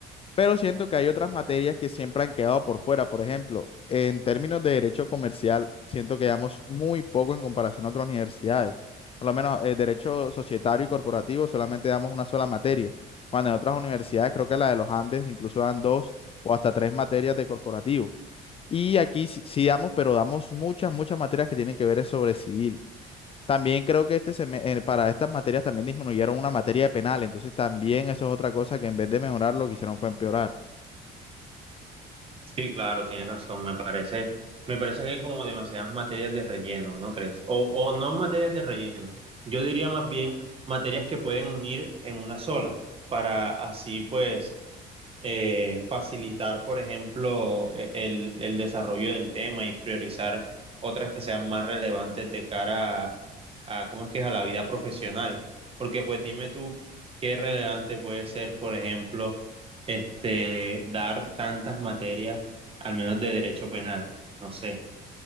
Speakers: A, on the left (about 35°); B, on the right (about 35°).
A: Pero siento que hay otras materias que siempre han quedado por fuera. Por ejemplo, en términos de derecho comercial, siento que llevamos muy poco en comparación a otras universidades. Por lo menos eh, derecho societario y corporativo solamente damos una sola materia. Cuando en otras universidades, creo que la de los Andes, incluso dan dos o hasta tres materias de corporativo. Y aquí sí, sí damos, pero damos muchas, muchas materias que tienen que ver es sobre civil. También creo que este seme- eh, para estas materias también disminuyeron una materia de penal. Entonces también eso es otra cosa que en vez de mejorar lo que hicieron fue empeorar.
B: Sí, claro, tienes razón. Me parece, me parece que hay como demasiadas materias de relleno, ¿no crees? O, o no materias de relleno. Yo diría más bien materias que pueden unir en una sola, para así pues eh, facilitar, por ejemplo, e- el, el desarrollo del tema y priorizar otras que sean más relevantes de cara a, a, ¿cómo es que es?, a la vida profesional. Porque pues dime tú qué relevante puede ser, por ejemplo, este, dar tantas materias, al menos de derecho penal. No sé,